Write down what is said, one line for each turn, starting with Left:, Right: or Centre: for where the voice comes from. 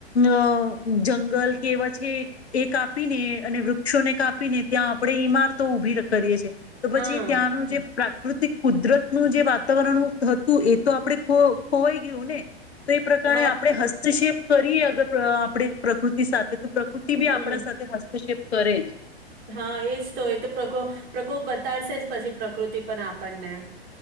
Left: અ જંગલ કેવ છે એ કાપીને અને વૃક્ષોને કાપીને ત્યાં આપડણે ઈમારતો ઊભી કરીએ છીએ તો
Right: હા
Left: પછી ત્યાંનું જે પ્રાકૃતિક કુદરતનું જે વાતાવરણ હતું એ તો આપડણે ખો ખોવાઈ ગયું ને તો એ પ્રકણે
Right: હા
Left: આપણે હસ્તક્ષેપ કરીએ અગત્ય અઆપણે પ્રકૃતિ સાથે <inaudible> બી
Right: હમ
Left: આપણા સાથે હસ્તક્ષેપ કરેજ.
Right: હા એજ તો એ તો પ્રકો પ્રકોપ બતાડશે જ પછી પ્રકૃતિ પણ આપણને